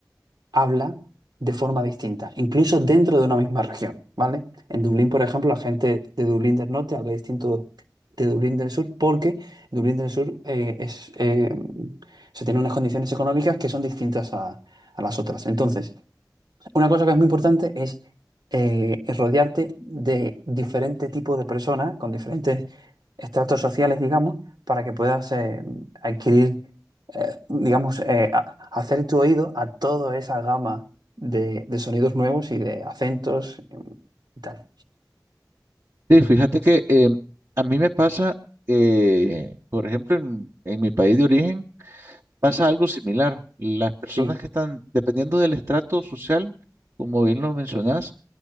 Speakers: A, on the right; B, on the right.
A: habla de forma distinta, incluso dentro de una misma región, ¿vale? En Dublín, por ejemplo, la gente de Dublín del norte habla distinto de Dublín del sur porque Dublín del sur eh, es, eh, se tiene unas condiciones económicas que son distintas a, a las otras. Entonces, una cosa que es muy importante es, eh, es rodearte de diferentes tipos de personas con diferentes estratos sociales, digamos, para que puedas eh, adquirir, eh, digamos, eh, a- hacer tu oído a toda esa gama de, de sonidos nuevos y de acentos mm, y tal.
B: Sí, fíjate que em, a mí me pasa, eh, por ejemplo, en, en mi país de origen, pasa algo similar. Las personas
A: Sí,
B: que están, dependiendo del estrato social, como bien lo mencionás,